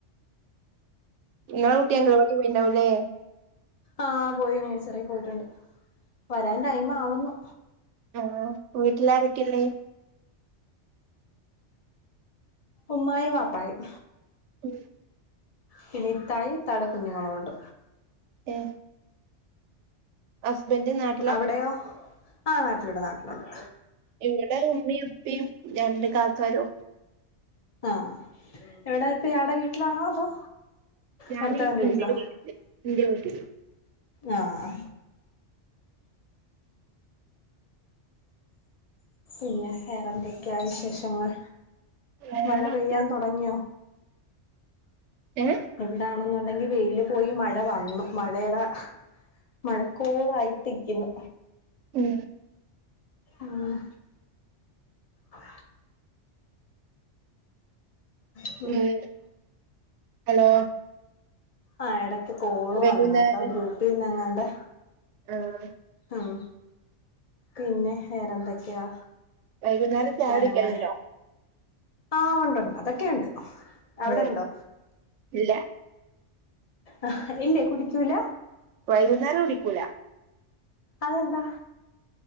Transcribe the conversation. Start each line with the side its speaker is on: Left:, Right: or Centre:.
Right: ഇങ്ങളെ കുട്ടി അംഗനവാടി പോയിണ്ടാവുല്ലേ
Left: ആഹ പോയി നെഴ്‌സറി പോയിട്ടുണ്ട് വരാൻ ടൈം ആവുന്നു
Right: ആഹ വീട്ടിലാാരക്കെ ഇള്ളെത്
Left: ഉമ്മായും വാപ്പായും
Right: ഉം
Left: പിന്നെ ഇത്തായും ഇത്താടെ കുുഞ്ഞുങ്ങളുമുണ്ട്
Right: ഏഹ് ഹസ്ബൻഡ് നാട്ടിലാ
Left: അവിടെയോ ആഹ് നാട്ടിലുണ്ട് നാട്ടിലുണ്ട്
Right: ഇവിടെ ഉമ്മയും ഉപ്പും രണ്ട് കാക്കാരും
Left: ആഹ എവിടാ ഇപ്പൊ ഇയാടെ വീട്ടിലാണോ അതോ
Right: ഞാന്
Left: ഭർത്താവിന്റെ
Right: ഇന്റെ
Left: വീട്ടിലോ
Right: വീട്ടില് ഇന്റെ വീട്ടില്
Left: ആഹ ഇല്ല വേറെ ഏന്തൊക്കെയാ വിശേഷങ്ങൾ
Right: വേറൊക്കെ
Left: മഴ പെയ്യാൻ തുടങ്ങിയോ
Right: ഏഹ്
Left: ഇവിടാണെന്നുണ്ടെങ്കി വെയില് പോയി മഴ വന്നു മഴേടെ മഴക്കോളായിട്ട് നിക്കന്നു
Right: മ്
Left: ആഹ് ആ ഉ
Right: ഉമ് ഹലോ
Left: ആ എടക്ക് കോള്
Right: വൈകുന്നേരം
Left: വന്ന കേട്ടോ ഗ്രൂപ്പ ങ്ങളുടെ
Right: ആഹ്
Left: ആഹ് പിന്നെ വേറെന്തൊക്കെയാ
Right: വൈകുന്നേരം
Left: വർത്താനങ്ങൾ
Right: ചായ കുടിക്കലുണ്ടോ
Left: ആഹ ഉണ്ടണ്ട് അതൊക്കെയുണ്ട് അവിടെണ്ടോ
Right: ഓ ഇല്ല
Left: ആഹ് ഇല്ലേ കുടിക്കൂല
Right: വൈകുന്നേരം കുടിക്കൂല
Left: അതെന്താ